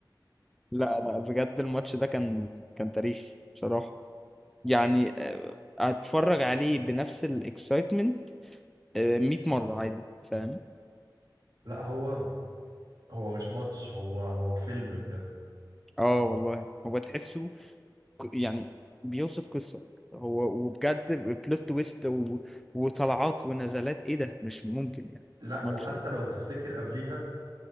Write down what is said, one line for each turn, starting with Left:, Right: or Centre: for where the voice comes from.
Centre: لا لا بجد الماتش ده كان كان تاريخي بصراحة يعني آه، هتفرج عليه بنفس الاكسايتمنت 100 مرة عادي فاهم
Right: لا هو هو مش ماتش هو هو فيلم بجد
Centre: اه والله هو تحسه ك- يعني بيوصف قصة هو وبجد بلوت تويست و- وطلعات ونزلات ايه ده مش ممكن يعني
Right: لا
Centre: ماتش
Right: وحتى لو تفتكر قبليها